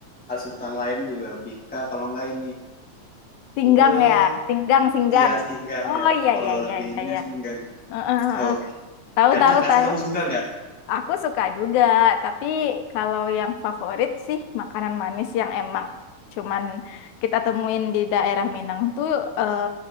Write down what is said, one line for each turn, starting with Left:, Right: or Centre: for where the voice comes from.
Centre: ada sebutan lain juga Bika kalau nggak ini
Left: singgang
Centre: kue
Left: ya singgang singgang
Centre: iya singgang
Left: oh
Centre: ya.
Left: iya
Centre: Kalau
Left: iya iya
Centre: lebihnya
Left: iya iya
Centre: singgang.
Left: Heeh, heeh,
Centre: Tahu.
Left: heeh. tahu
Centre: Enak
Left: tahu
Centre: nggak
Left: tahu
Centre: sih kamu suka nggak?
Left: Aku suka juga, tapi kalau yang favorit sih makanan manis yang emang cuman kita temuin di daerah Minang tuh eh,